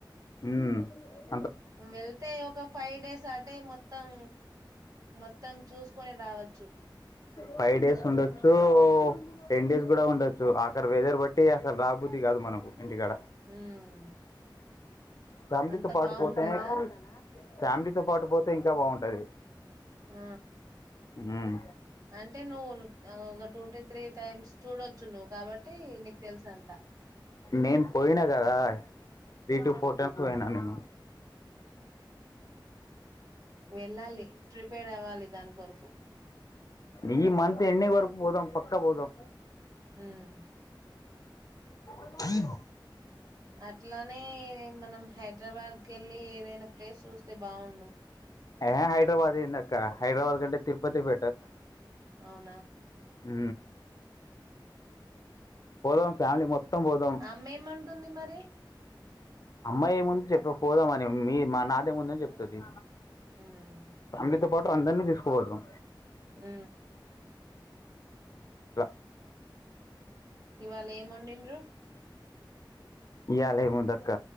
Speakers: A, on the left; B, on the right.
A: హమ్
B: వెళ్తే ఒక ఫైవ్ డేస్ అటే మొత్తం మొత్తం చూసుకోని రావచ్చు
A: ఫైవ్ డేస్ ఉండొచ్చు టెన్ డేస్ కూడా ఉండొచ్చు అక్కడ వెదర్ బట్టి అసలు రాబుద్ది కాదు మనకు ఇంటికాడ
B: ఉమ్
A: ఫ్యామిలీతో
B: అంత
A: పాటు
B: బాగుంటదా
A: పోతానే ఫ్యామిలీతో పాటు పోతే ఇంకా బాగుంటది
B: ఆ
A: హ్మ్
B: అంటే నువ్వు ఆ, ఒక టూ టు త్రీ టైమ్స్ చూడొచ్చు నువ్వు కాబట్టి నీకు తెలుసు అంతా
A: నేను పోయినా కదా three
B: um
A: to four times పోయినా నేను
B: వెళ్ళాలి ప్రిపేర్డ్ అవ్వాలి దాని కొరకు
A: ఈ మంత్ ఎన్న వరకు పోదాం పక్కా పోదాం
B: మ్మ్
A: హ్మ్
B: అట్లానే మనం హైదరాబాద్ కి వెళ్ళి ఏదైనా ప్లేస్ చూస్తే బాగుండు
A: ఎ హే హైదరాబాద్ ఏంది అక్కా హైదరాబాద్ కంటే తిరుపతి బెటర్
B: అవునా
A: హ పో ఫ్యామిలీ మొం ఏం పోదం
B: ఆమె ఏమంటుంది మరి
A: అమ్మాయ ముందు చెప్పక పోదాంమని మీ మా నాదే ముందని చెప్తుది
B: హ్మ్
A: ఫలీతో బట్ అందరినీ తీసుకోపోద్రాం
B: హ
A: ఇ
B: ఇవాళ ఏం వండిండ్రు
A: ఇయాల ముందుక్క